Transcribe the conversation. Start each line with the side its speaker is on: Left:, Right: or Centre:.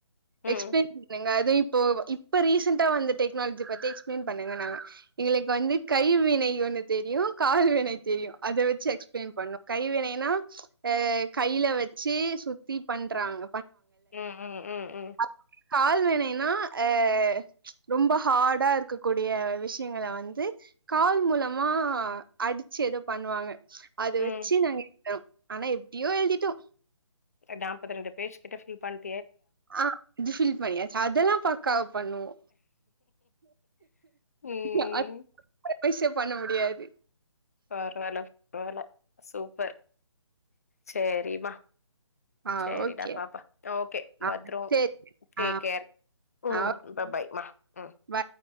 Left: ம்
Right: எக்ஸ்பேன் பண்ணுங்க வை இப்போ வ இப்ப ரீசன்டா வந்த டெக்னால்ஜி பத்தி எக்ஸ்ப்ளேன் பண்ணுங்க நாங்க எங்களுக்கு வந்து கைவினை ஒண்ணு தெரியு கால் வினை தெரியு அத வெச்சு எக்ஸ்ப்ளைன் பண்ணோ கைவினைனா அ கையில வெச்சு சுத்தி பண்றாங்க
Left: ம் ம்
Right: <inaudible>
Left: ம் ம்
Right: கால் வெச் க்குனைனா அ ரொம்ப ஹாடா இருக்கக்கூடிய விஷியங்கள வந்து கால் மூலமா அடிச்சு எதோ பண்ணுவாங்க அத
Left: ம்
Right: வெச்சு நாங்க <inaudible> ஆனா இப் ப்டியோ எழ்திட்டோ
Left: அ டாப்பது ரெண்டு பேஜ் கிட்ட ஃபில் பண்
Right: ஆ இது ஃபில் பண்ணியாச்சு அதெல்லா பக்காவா பண்ணுவோ
Left: ம்
Right: <inaudible> பண்ண முடியாத் து
Left: பரவால்ல பரவால்ல சூப்பர் சேரீ மா
Right: ஆ
Left: சேரிடா
Right: ஓகே
Left: பாப்பா ஓகே
Right: ஆ
Left: பத்ரோ
Right: சேரி
Left: டேக்ஃகேர்
Right: ஆ
Left: ம்
Right: ஆ
Left: ஃபா ஃபாய்மா ம்
Right: பாய்